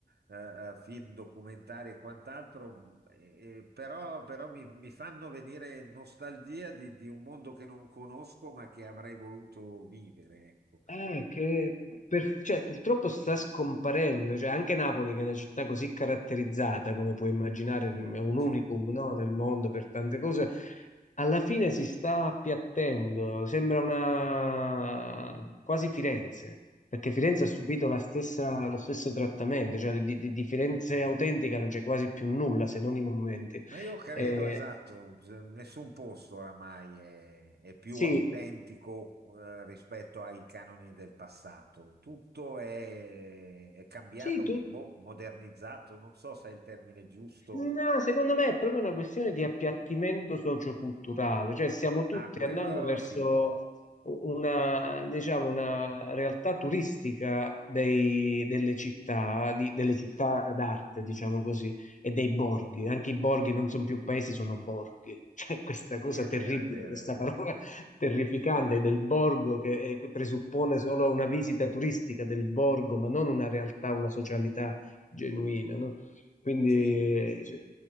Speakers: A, on the right; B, on the left.
A: eh, eh, film, documentari e quant'altro, mh, e- e però, però mi, mi fanno venire nostalgia di, di un mondo che non conosco ma che avrei voluto vivere, ecco.
B: Eh, che per- cioè, purtroppo sta scomparendo, cioè, anche Napoli, che è una città così caratterizzata, come puoi immaginare,
A: Mm,
B: è un
A: sì.
B: unicum, no, nel mondo per tante cose, alla fine si sta appiattendo, sembra una quasi Firenze, perché Firenze ha subito la stessa- lo stesso trattamento, cioè di, di- di Firenze autentica non c'è quasi più nulla se non i monumenti.
A: Ma io credo,
B: Eh,
A: esatto, z- nessun posto oramai è, è più
B: sì,
A: autentico eh, rispetto ai canoni del passato. Tutto è, è cambiato,
B: sì, tu.
A: boh, modernizzato, non so se è il termine giusto.
B: No, secondo me è proprio una questione di appiattimento socioculturale, cioè stiamo tutti
A: Ah, quello
B: andando verso
A: sì,
B: una, diciamo, una realtà turistica dei- delle città, di- delle città d'arte, diciamo così, e dei borghi. Anche i borghi non sono più paesi, sono borghi. <laughs> Cioè questa
A: sì,
B: cosa
A: è
B: terribile,
A: vero, è vero,
B: questa
A: è vero.
B: parola <laughs> terrificante del borgo che eh, presuppone solo una visita turistica del borgo, ma non una realtà, una socialità genuina, no? Quindi
A: Sì,
B: sì.